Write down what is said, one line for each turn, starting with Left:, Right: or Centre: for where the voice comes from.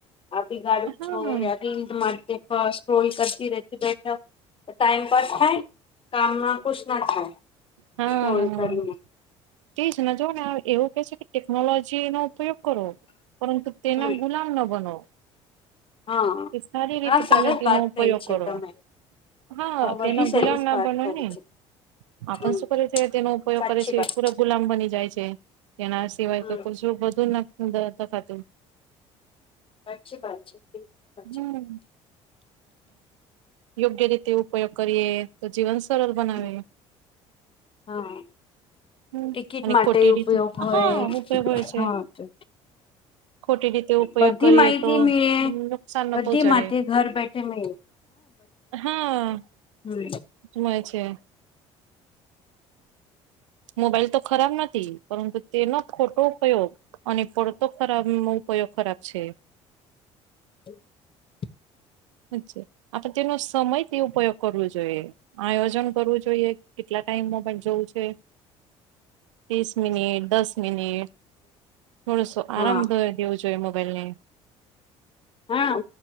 Left: આપી ગાડું
Right: હા
Left: છો માટે ફ રોલ કરતી રતી બેઠા ટાઈમ પાસ થાય કામ ના ખુશ ના થાય.
Right: હા
Left: <unintelligible>
Right: તેજ જો ને એવું કે છે કે ટેકનોલોજી નો ઉપયોગ કરો પરંતુ તેના
Left: હમ્મ
Right: ગુલામ ન બનોવ
Left: હા
Right: એ સારી રીતે
Left: હા સરસ
Right: તમે તેનો
Left: વાત
Right: ઉપયોગ
Left: કહી છે
Right: કરો.
Left: તમે
Right: હા તેના
Left: બધી સરસ
Right: ગુલામ ના
Left: વાત
Right: બનો
Left: કરી
Right: ને
Left: છે
Right: આપ
Left: હમ્મ
Right: શું કરે છે તેનો ઉપયોગ
Left: સાચી
Right: કરે છે
Left: વાત
Right: પુરા ગુલામ બની જાય છે એના સિવાય
Left: હમ્મ
Right: તો પછું બધુંખાતું
Left: સાછી વાત છે. સાચી
Right: હમ્મ. યોગ્ય રીતે ઉપયોગ કરીએ તો જીવન સરળ બનાવે.
Left: વાત. હા.
Right: હમ
Left: ટિકિટ
Right: અને
Left: માટે
Right: ખોટી
Left: ઉપયોગ
Right: રીતે
Left: હોય
Right: હા ઉપયોગ હોય છે
Left: હા તો
Right: ખોટી રીતે ઉપયોગ
Left: બધી
Right: કરીએ
Left: માહિતી
Right: તો
Left: મળળે
Right: નુકસાન ન
Left: બધી
Right: પહોંચાડે
Left: માિતી ઘર બેઠે મળે.
Right: હા
Left: હમ્મ
Right: જોય છે. મોબાઈલ તો ખરાબ નથી પરંતુ તેનો ખોટો ઉપયોગ અને પડતો ખરાબ ઉપયોગ ખરાબ છે.
Left: હ.
Right: છ આપ તેનો સમય તે ઉપયોગ કરવો જોઈએ આયોજન કરવું જોઈએ. જોઈએ કેટલા ટાઈમમાં પણ જવું છે. ત્રીસ મિનિટ દસ મિનિટ થોડોસો આરામ
Left: હા
Right: થ દેવું જોઈએ મોબાઈલ ને
Left: હા